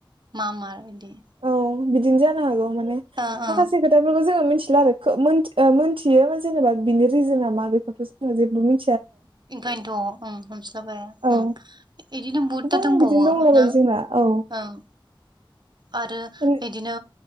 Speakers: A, on the right (about 55°); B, on the right (about 85°).
A: मामार इदि
B: औ बिदिनो जानो हागौ माने
A: ओ ओ
B: माखासे खोथाफोरखौ जोंङो मि थिलाआरो खो मोनथि ओ मोनथियो जेनेबा बिनि रिजोना मा बेखौथ जोंङो जेबो मि
A: ओंखायनोथ अम हमस्लाबहाया
B: औ
A: अम इदिनो बुहुदटा
B: गोबां
A: दंबावो
B: बिदिनो दंलाबायो
A: ना
B: जोंना औ
A: ओं आरो
B: माने
A: बिदिनो